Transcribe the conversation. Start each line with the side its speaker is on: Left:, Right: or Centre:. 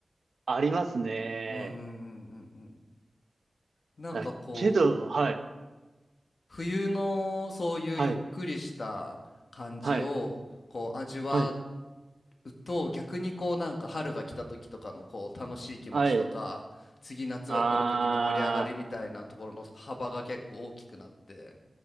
Right: ありますね。
Left: うんうんうんうんうん。なんかこう、
Right: あけど、はい、
Left: 冬のそういうゆっくりした感じをこう味わ
Right: はい、はい、はい、
Left: うと逆にこうなんか春が来た時とかのこう楽しい気持ちとか次夏が来る時の盛り上がりみたいなところの幅が結構大きくなって
Right: はい。あ